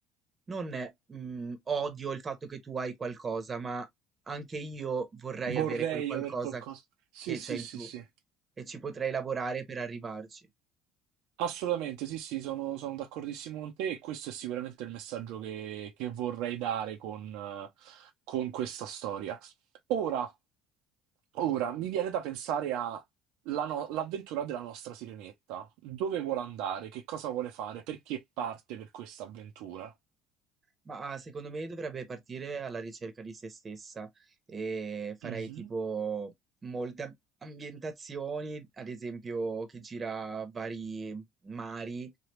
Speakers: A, on the right (about 30°); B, on the right (about 75°).
A: non eh, mm, odio il fatto che tu hai qualcosa, ma anche io vorrei
B: Vorrei
A: avere quel qualcosa
B: aver qualcosa. Sì,
A: che
B: sì,
A: c'hai
B: sì,
A: tu
B: sì.
A: e ci potrei lavorare per arrivarci.
B: Assolutamente, sì, sì, sono, sono d'accordissimo con te e questo è sicuramente il messaggio che, che vorrei dare con, eh, con questa storia. Ora, ora, mi viene da pensare a la no- l'avventura della nostra Sirenetta. Dove vuole andare? Che cosa vuole fare? Perché parte per questa avventura?
A: Ma ah, secondo me dovrebbe partire alla ricerca di se stessa e farei
B: Mhm,
A: tipo molte am- ambientazioni, ad esempio che gira vari mari,